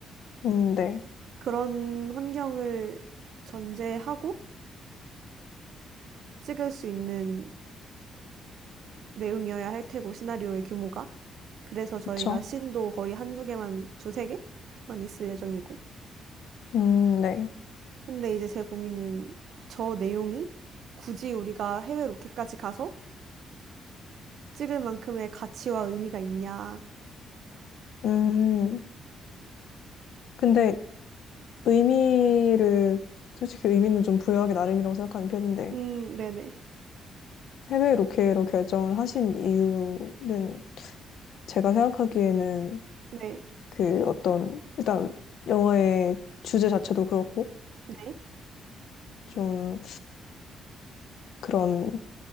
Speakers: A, on the left (about 70°); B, on the right (about 65°).
A: 음, 네.
B: 그런 환경을 전제하고 찍을 수 있는 내용이어야 할 테고 시나리오의 규모가 그래서 저희가
A: 그쵸.
B: 씬도 거의 한두 개만 두세 개만 있을 예정이고
A: 음, 네.
B: 근데 이제 제 고민은 저 내용이 굳이 우리가 해외 로켓까지 가서 찍을 만큼의 가치와 의미가 있냐
A: 음, 근데 의미를, 솔직히 의미는 좀 부여하기 나름이라고 생각하는 편인데,
B: 음 네네
A: 해외 로케로 결정을 하신 이유는 제가 생각하기에는
B: 네
A: 그 어떤, 일단 영화의 주제 자체도 그렇고,
B: 네
A: 좀 그런,